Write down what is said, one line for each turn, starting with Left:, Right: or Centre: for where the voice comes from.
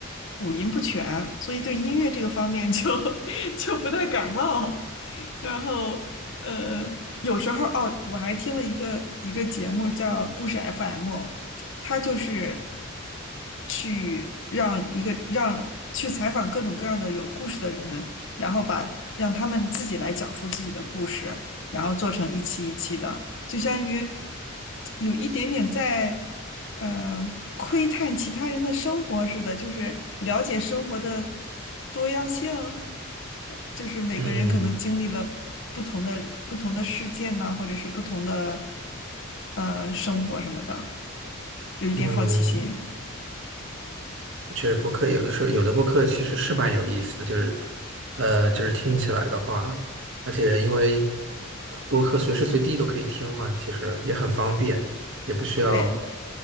Left: 五音不全，所以对音乐这个方面就 <laughs> 就不太感冒。然后呃，有时候哦，我还听了一个一个节目叫故事 FM。他就是去让一个让去采访各种各样的有故事的人，然后把让他们自己来讲述自己的故事，然后做成一期一期的，就相当于有一点点在呃窥探其他人的生活似的，就是了解生活的多样性，就是每个人可能经历了不同的不同的事件呢，
Right: 嗯
Left: 或者是不同的呃生活什么的。有一点好奇心。
Right: 嗯，确实播客有的时候有的播客其实是蛮有意思的，就是呃，就是听起来的话，而且因为呃播客随时随地都可以听嘛，其实也很方便，也不需要。
Left: 对，